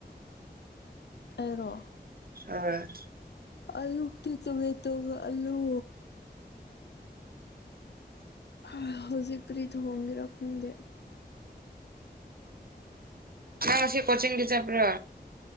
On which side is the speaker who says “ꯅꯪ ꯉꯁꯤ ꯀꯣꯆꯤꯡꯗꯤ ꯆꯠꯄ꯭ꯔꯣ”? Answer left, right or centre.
Right